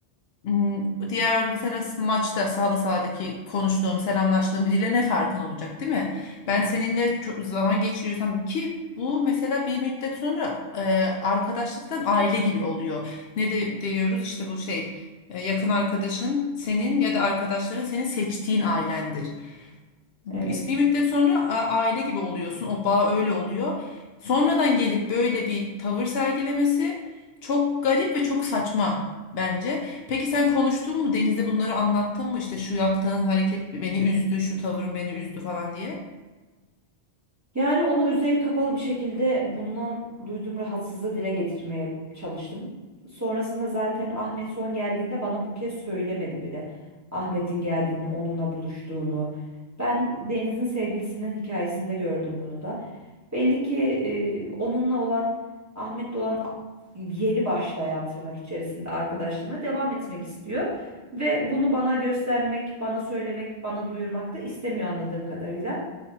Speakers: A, on the left; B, on the right.
A: m, diğer mesela maçta sağda sağdaki konuştuğum, selamlaştığım biriyle ne farkın olacak, değil mi? Ben
B: Evet.
A: seninle çok zaman geçiriyorsam ki bu mesela bir müddet sonra e, arkadaşlıktan aile gibi oluyor. Ne de diyoruz işte bu şey e, yakın arkadaşın senin ya da arkadaşların senin seçtiğin ailendir. Biz
B: Evet.
A: bir müddet sonra a- aile gibi oluyorsun. O bağ öyle oluyor. Sonradan gelip böyle bir tavır sergilemesi çok garip ve çok saçma bence. Peki sen konuştun mu Deniz'e bunları anlattın mı işte şu yaptığın hareket beni üzdü, şu tavrın beni üzdü falan diye?
B: Yani onu üzeri kapalı bir şekilde bundan duyduğum rahatsızlığı dile getirmeye çalıştım. Sonrasında zaten Ahmet son geldiğinde bana bu kez söylemedi bile. Ahmet'in geldiğini, onunla buluştuğunu. Ben Deniz'in sevgilisinin hikayesinde gördüm bunu da. Belli ki e, onunla olan, Ahmet'le olan yeni başlayan tırnak içerisinde arkadaşlığına devam etmek istiyor. Ve bunu bana göstermek, bana söylemek, bana duyurmak da istemiyor anladığım kadarıyla.